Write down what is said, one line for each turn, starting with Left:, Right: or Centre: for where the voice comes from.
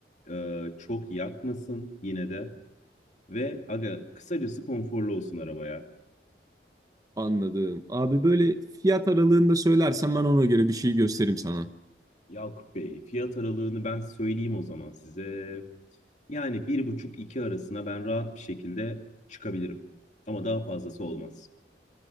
Left: e, çok yakmasın yine de. Ve aga kısacası konforlu olsun arabaya.
Right: Anladım. Abi böyle fiyat aralığında söylersen ben ona göre bir şey göstereyim sana.
Left: Yakup Bey, fiyat aralığını ben söyleyeyim o zaman size. Yani bir buçuk iki arasına ben rahat bir şekilde çıkabilirim. Ama daha fazlası olmaz.